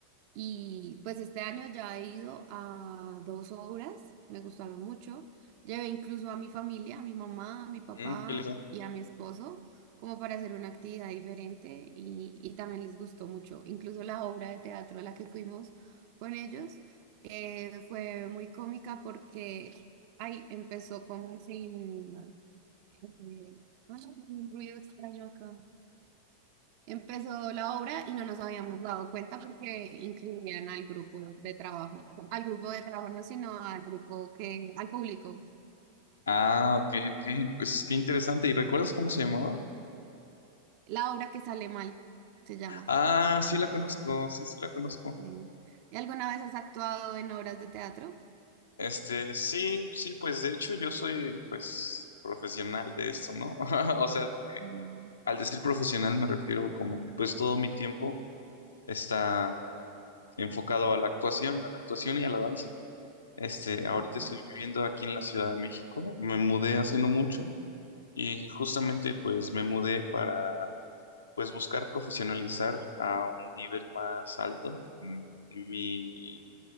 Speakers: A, on the right; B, on the left.
A: Y pues este año ya he ido a dos obras, me gustaron mucho. Llevé incluso a mi familia, a mi mamá, a mi papá
B: Mm, qué les da?
A: y a mi esposo, como para hacer una actividad diferente y, y también les gustó mucho. Incluso la obra de teatro a la que fuimos con ellos eh, fue muy cómica porque ahí empezó como sin, eh, ah, un ruido extraño acá. Empezó la obra y no nos habíamos dado cuenta porque incluían al grupo de trabajo, al grupo de trabajo no, sino al grupo que, al público.
B: Ah, ok, ok, pues qué interesante. ¿Y recuerdas cómo se llamaba?
A: La obra que sale mal se llama.
B: Ah, sí la conozco, sí, sí la conozco.
A: Eh, ¿Y alguna vez has actuado en obras de teatro?
B: Este, sí, sí, pues de hecho yo soy pues profesional de esto, ¿no? <laughs> O sea, de que
A: Mm,
B: al decir profesional me refiero como que pues todo mi tiempo está enfocado a la actuación, a la actuación y a la danza. Este, ahorita
A: ok.
B: estoy viviendo aquí en la Ciudad de México, me mudé hace no mucho y justamente pues me mudé para pues buscar profesionalizar a un nivel más alto mm, mi